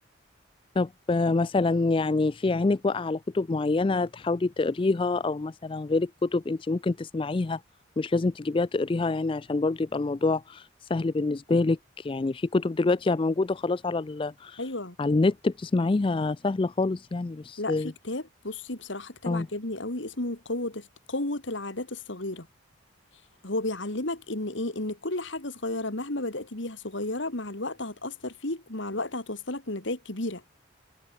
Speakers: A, on the left; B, on the left.
A: طب آه، مثلا يعني في عينك واقع على كتب معينة تحاولي تقريها او مثلا غير الكتب انت ممكن تسمعيها مش لازم تجيبيها تقريها يعني عشان برضو يبقى الموضوع سهل بالنسبة لك يعني في كتب دلوقتي يعني موجودة خلاص على ال...
B: ايوه
A: على النت بتسمعيها سهلة خالص يعني بس
B: لا
A: اه
B: في كتاب بصي بصراحة كتاب
A: آه،
B: عجبني قوي اسمه قوة قوة العادات الصغيرة هو بيعلمك ان ايه ان كل حاجة صغيرة مهما بدأت بيها صغيرة مع الوقت هتأثر فيك ومع الوقت هتوصلك لنتائج كبيرة